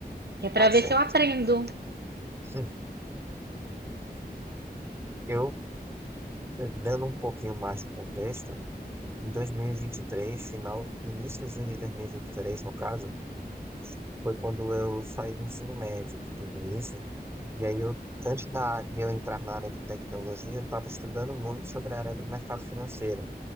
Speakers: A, on the right (about 80°); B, on the right (about 15°).
A: que é para
B: tá
A: ver
B: certo?
A: se eu aprendo.
B: <laughs> Eu, dando um pouquinho mais de contexto, em dois mil e e vinte e três final, iníciozinho de dois mil e e vinte e três no caso, foi quando eu saí do ensino médio de tudo isso. E aí eu, antes da, de eu entrar na área de tecnologia, eu estava estudando muito sobre a área do mercado financeiro,